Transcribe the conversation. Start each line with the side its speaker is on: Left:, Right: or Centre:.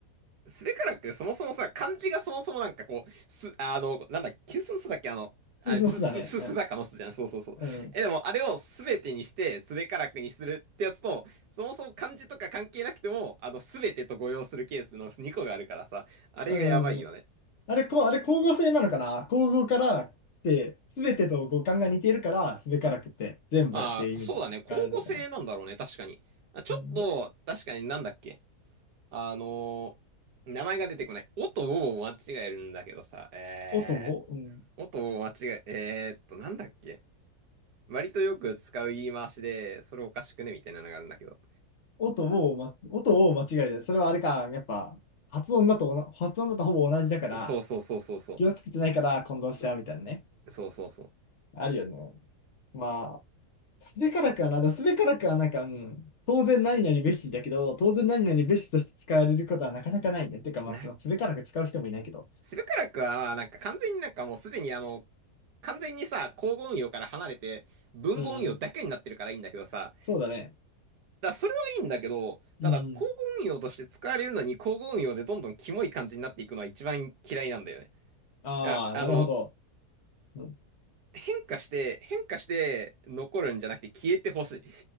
Right: スべカラクってそもそもさ、漢字がそもそもなんかこう、す、あの、なんだ、急須の須だっけあの、あれ、
Left: 急須の巣だね。
Right: す、す、す、
Left: う
Right: すだかの須じゃん。そうそうそう。
Left: ん。う
Right: え、でも、あれをすべてにして、スべカラクにするってやつと、そもそも漢字とか関係なくても、あの、すべてと誤用するケースの2個があるからさ、あれがやばいよね。
Left: ん。うん。あれ、こう、あれ、光合成なのかな光合から来て、すべてと五感が似ているから、すべからくて全部っていう意味で使われるのかな。
Right: まあ、そうだね。交互性なんだろうね、確かに。あちょっと、
Left: うん。
Right: 確かになんだっけあの名前が出てこない。おとおを間違えるんだけどさ、え
Left: 音を、うん。
Right: ー、おとおを間違え、えーっと、なんだっけ割とよく使う言い回しで、それおかしくねみたいなのがあるんだけど。
Left: 音を、ま、音を間違える。それはあれか、やっぱ、発音だとおな、発音だとほぼ同じだから、
Right: そうそうそうそうそ
Left: 気をつけてないから混同しちゃうみたいなね。
Right: う。そうそうそ
Left: あるよね。まあ、すべからくはな、でもすべからくはなんか、うん、当然何々べしだけど、当然何々べしとして使われることはなかなかないね。てか、まあ、
Right: う。な、
Left: すべからく使う人もいないけど。
Right: セブカラクは、なんか完全になんかもうすでにあの、完全にさ、交互運用から離れて、文語運用だけになってるからいいんだけどさ。
Left: うんうん。そうだね。
Right: だからそれはいいんだけど、ただ、
Left: うん。
Right: 交互運用として使われるのに、交互運用でどんどんキモい感じになっていくのは一番嫌いなんだよね。
Left: ああ、
Right: いや、あの、
Left: なるほど。うん、
Right: 変化して、変化して残るんじゃなくて消えてほしい。